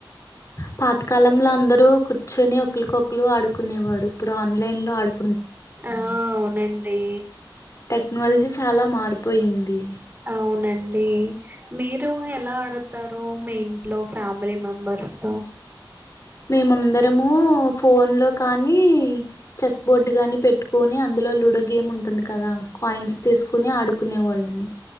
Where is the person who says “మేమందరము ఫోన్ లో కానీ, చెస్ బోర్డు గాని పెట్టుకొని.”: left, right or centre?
Left